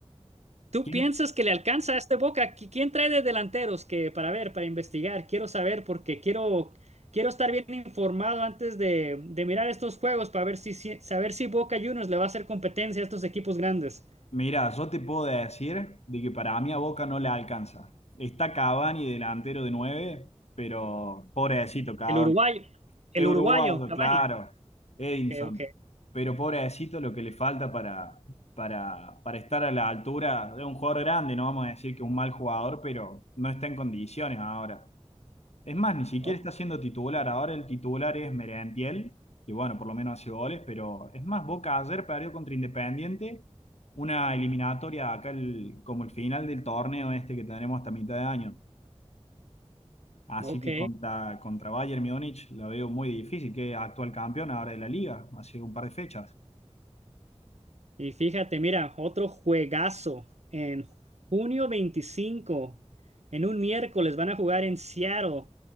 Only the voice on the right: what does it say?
¿Tú
piensas que le alcanza a este Boca? ¿Qui- ¿Quién trae de delanteros que para ver, para investigar? Quiero saber porque quiero quiero estar bien informado antes de, de mirar estos juegos para ver si, si- saber si Boca Juniors le va a hacer competencia a estos equipos grandes.
El uruguayo, el
uruguayo, Cavani.
Ok, ok.
Oh,
ok.
Y fíjate, mira, otro juegazo en junio 25, en un miércoles van a jugar en Seattle.